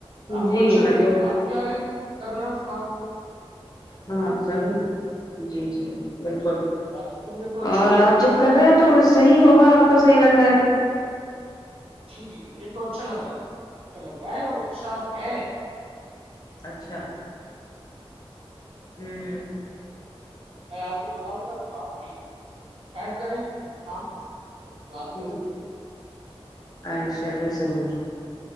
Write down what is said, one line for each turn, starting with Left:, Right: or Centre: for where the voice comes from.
Right: آپ
Left: جی
Right: کو اچھا لگے
Left: میں
Right: تو آپ بھی آگے کرنا اس کام کو
Left: ہاں
Right: نا
Left: ضرور ہے جی جی بالکل
Right: جی جی باقی تو مجھے تو اچھا
Left: اور
Right: لگا
Left: آپ
Right: وہ
Left: جب
Right: کام
Left: کر رہے ہیں تو صحیح ہوگا آپ کو صحیح لگ رہا ہے تو
Right: جی جی مجھے تو اچھا لگ رہا تھا اچھا لگ رہا ہے اور اچھا ہے
Left: اچھا ہوں ہوں
Right: میں آپ کو بتاؤں گا تو آپ بھی اسٹارٹ کرے کام بات
Left: جی
Right: کریں
Left: جی
Right: اس کی
Left: ہاں ان شاء اللہ ضرور